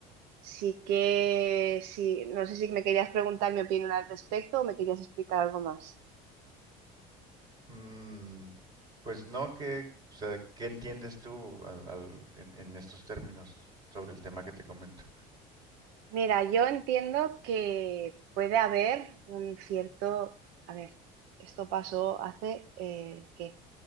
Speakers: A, on the right (about 75°); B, on the right (about 25°).
A: Sí que, sí, no sé si me querías preguntar mi opinión al respecto o me querías explicar algo más.
B: Mm, pues no, que, o sea, ¿qué entiendes tú al- al- en, en estos términos sobre el tema que te comento?
A: Mira, yo entiendo que puede haber un cierto, a ver, esto pasó hace, eh, ¿qué?